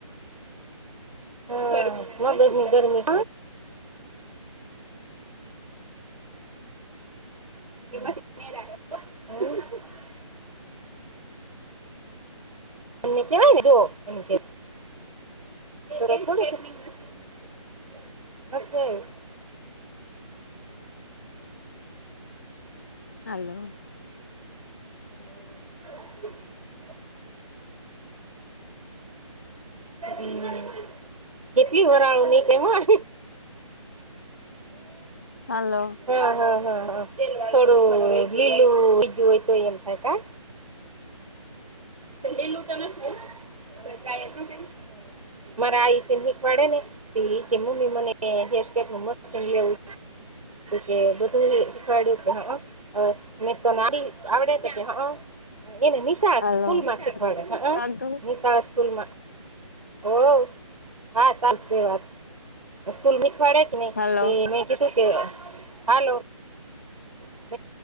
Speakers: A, on the right; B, on the left.
A: હા મગજ ગરમી હ <inaudible> એને કેવાય ને તો જો મ <inaudible>
B: હાલો
A: અને <inaudible> ત <inaudible> કેટલી વરાળું નીકળે કેમાં?
B: હાલો
A: હા હા હા હા થોડું લીલું બીજું હોય તો એમ થાય કા? લી લુ તો નાથી. મારા આઈ સહિક વાડે ને, જે મમ્મી મને કે ફેસપેક નુ મસ્ત એવું કે <inaudible> ઘર ની એડી હા અહ અને તમારી આવડે કે એ કહે આહા અહ એને નિ આ
B: હાલો.
A: સ્કૂલ માં શીખવાડે હ અહ
B: શાંતુ
A: મીન્સ આ સ્કૂલ માં ઓ હા સા સે વાત સ્કૂલ નિખવાડે કે નહી
B: હાલો
A: મે કીધું કે હાલો <inaudible>